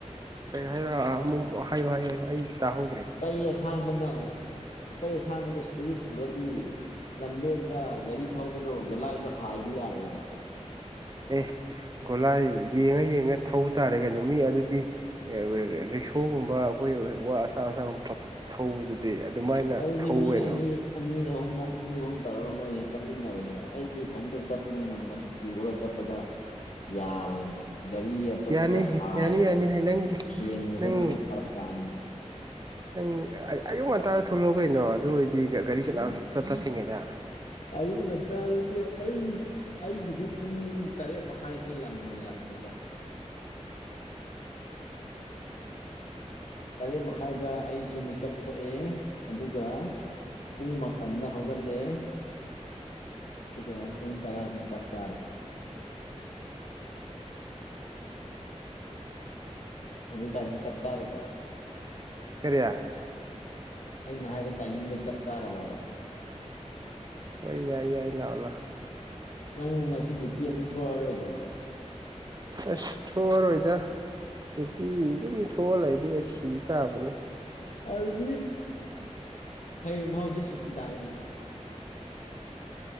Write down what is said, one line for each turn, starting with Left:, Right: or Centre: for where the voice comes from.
Right: ꯀꯩꯅ‌ꯣ ꯍꯥꯏꯔꯑꯣ ꯑꯃꯛ ꯍꯥꯏꯌꯨ ꯍꯥꯏꯌꯨ ꯑꯩ ꯇꯥꯍꯧꯗ꯭ꯔꯦ
Left: ꯆꯩ ꯑꯁꯥꯡꯕꯅ ꯑ ꯄꯣꯠꯆꯩ ꯑꯁꯥꯡꯕꯗ‌ꯣ ꯁꯤꯗꯒꯤ ꯄꯨꯔꯗꯤ ꯂꯝꯕꯦꯟꯗ ꯒꯥꯔꯤ ꯊꯧꯕꯗꯣ ꯒꯨꯂꯥꯏꯗꯣ ꯍꯥꯏꯕ ꯌꯥꯔꯣꯏꯕ
Right: ꯑꯦ ꯒꯣꯂꯥꯏ ꯌꯦꯡꯉ ꯌꯦꯡꯉ ꯊꯧ ꯇꯥꯔꯦ ꯀꯩꯅꯣ ꯃꯤ ꯑꯗꯨꯗꯤ ꯑ‌ꯥ <unintelligible> ꯔꯤꯛꯁꯣꯒꯨꯝꯕ ꯑꯩꯈꯣꯏ ꯋꯥ ꯑꯁꯥꯡ ꯑꯁꯥꯡ ꯄ ꯊꯧꯕꯗꯨꯗꯤ ꯑꯗꯨꯃꯥꯏꯅ
Left: ꯑꯗꯨꯗꯤ
Right: ꯊꯧꯋꯦꯅꯣ
Left: ꯃꯤ ꯑꯅꯤ ꯑꯅꯤ ꯑꯍꯨꯝ ꯑꯅꯤ ꯑꯍꯨꯝ ꯇꯧꯔꯒ ꯃꯣꯏꯁꯦ ꯆꯠꯃꯤꯟꯅꯕꯅꯦꯕ ꯑꯩꯗꯤ ꯏꯊꯟꯇ ꯆꯠꯄꯅꯤ ꯅꯝꯕꯗꯨ ꯄꯨꯔꯒ ꯆꯠꯄꯗ ꯌꯥꯔꯣꯏꯅꯦ ꯒꯥꯔꯤ ꯑꯇꯣꯞꯄꯗ
Right: ꯌꯥꯅꯤ
Left: ꯍꯥꯏꯕꯗ
Right: ꯌꯥꯅꯤ ꯌꯥꯅꯤ ꯅꯪ
Left: ꯊꯦꯡꯉꯨꯗꯅ
Right: ꯅꯪ
Left: ꯑꯃꯨꯛ ꯐꯔꯛ ꯇꯅꯤꯅꯦ
Right: ꯅꯪ ꯑ ꯑꯌꯨꯛ ꯉꯟꯇꯥꯗ ꯊꯂꯛꯑꯣ ꯀꯩꯅꯣ ꯑꯗꯨ ꯑꯣꯏꯗꯤ ꯒꯥꯔꯤ ꯀꯅꯥꯝ ꯆꯠꯄ ꯊꯤꯡꯉꯤꯅ
Left: ꯑꯌꯨꯛ ꯉꯟꯇꯗꯗꯤ ꯑꯩ ꯑꯩꯒꯤꯗꯤ ꯄꯨꯡ ꯇꯔꯦꯠ ꯃꯈꯥꯏꯁꯦ ꯌꯥꯝ ꯉꯜꯂꯕꯅꯤꯀꯣ ꯇꯔꯦꯠ ꯃꯈꯥꯏꯗ ꯑꯩꯁꯦ ꯃꯤꯀꯞ ꯊꯣꯛꯑꯦ ꯑꯗꯨꯒ ꯄꯨꯡ ꯃꯥꯄꯟꯗ ꯍꯧꯒꯠꯂꯦ ꯑꯗꯨꯒ ꯄꯨꯡ ꯇꯔꯥꯗ ꯆꯥꯛ ꯆꯥꯔꯦ ꯑꯗꯨꯏꯇꯥꯔꯗꯤ ꯆꯞ ꯆꯥꯔꯕꯣ
Right: ꯀꯔꯤ
Left: ꯑꯩꯅ ꯍꯥꯏꯕ ꯇꯥꯏꯃꯤꯡꯗ ꯆꯞ ꯆꯥꯔꯕꯕ
Right: ꯍꯣꯏ ꯌꯥꯏ ꯌꯥꯏ ꯂꯥꯛꯑꯣ ꯂꯥꯛ
Left: ꯅꯪ ꯉꯁꯤ ꯗ꯭ꯌꯨꯇꯤ ꯑꯃꯨꯛ ꯊꯣꯛꯑꯔꯣꯏꯗ꯭ꯔꯣ
Right: ꯑꯁ ꯊꯣꯛꯑꯔꯣꯏꯗ ꯅꯨꯏꯇꯤ ꯑꯗꯨꯝ ꯊꯣꯛꯑ ꯑꯩꯗꯤ ꯁꯤ ꯇꯥꯕꯅꯤ
Left: ꯑꯗꯨꯗꯤ ꯍꯌꯦꯡ ꯃꯥꯎꯖꯦ ꯁꯨꯇꯤ ꯇꯥꯔꯦꯅꯦ